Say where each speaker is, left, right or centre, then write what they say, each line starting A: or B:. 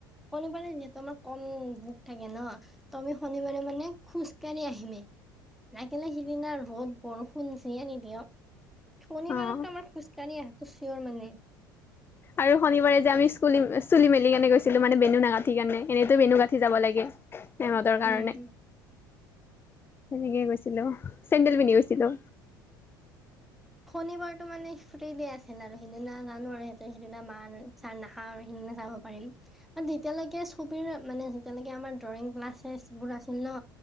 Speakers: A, in the centre; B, on the left (about 20°).
A: শনিবাৰে যিহেতু আমাৰ কম বুক থাকে ন ত আমি শনিবাৰে মানে খোজ কাঢ়ি আহিমেই। লাগিলে সিদিনা ৰ'দ বৰষুণ যিয়ে নি দিয়ক। শনিবাৰেতো
B: অ অ
A: আমাৰ খোজকাঢ়ি আহাটো চিয়ৰ মানে।
B: আৰু শনিবাৰে যে আমি স্কোলি চুলি মেলি কেনে গৈছিলো মানে বেনু নাগাঠি কাণে এনেইতো বেনু গাঁঠি যাব লাগে। সেহঁতৰ কাৰণে
A: উম।
B: সেনেকেই গৈছিলো, চেণ্ডেল পিন্ধি গৈছিলো।
A: শনিবাৰটো মানে ফুটত দে আছিল আৰু সেইদিনা জানো আৰু সিহতে সেইটা মাৰ চাৰ নাখাওঁ সেইদিনা অ পাৰিম, তেতিয়ালৈকে ছবিৰ মানে যেনেকে আমাৰ ড্ৰয়িং ক্লাচ শ্লাছবোৰ আছিল ন